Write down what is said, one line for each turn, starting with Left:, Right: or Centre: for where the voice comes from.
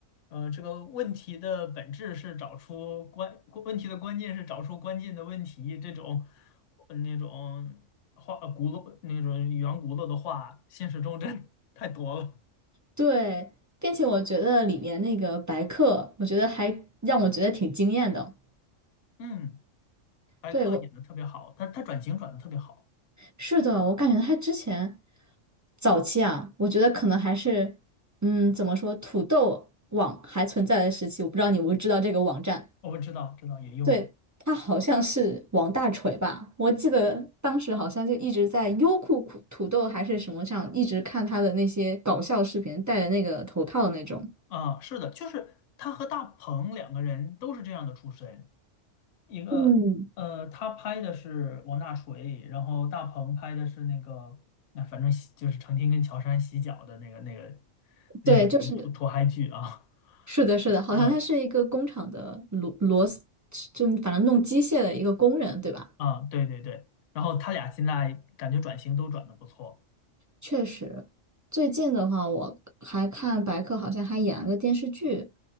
Left: 呃，这个问题的本质是找出关，问题的关键是找出关键的问题。这种呃那种话，呃轱辘那种圆轱辘的话，现实中真太多了。
Right: 对，并且我觉得里面那个白客，我觉得还让我觉得挺惊艳的。
Left: 嗯，白客演的特别好，
Right: 对，我
Left: 他他转型转的特别好。
Right: 是的，我感觉他之前早期啊，我觉得可能还是，嗯，怎么说，土豆网还存在的时期，我不知道你有没有知道这个网站。
Left: 我知道，知道也用过
Right: 对，他好像是王大锤吧？我记得当时好像就一直在优酷土土豆还是什么上，一直看他的那些搞笑视频，戴着那个头套那种。
Left: 啊，是的，就是他和大鹏两个人都是这样的出身。一个呃，
Right: 嗯，
Left: 他拍的是王大锤，然后大鹏拍的是那个，那反正洗就是成天跟乔杉洗脚的那个那个那种土土嗨剧啊，
Right: 对，就是是的，是的，好像他是一个工厂的螺螺丝，
Left: <laughs> 嗯
Right: 就反正弄机械的一个工人，对吧？
Left: 啊，对对对，然后他俩现在感觉转型都转的不错，
Right: 确实，最近的话，我还看白客好像还演了个电视剧，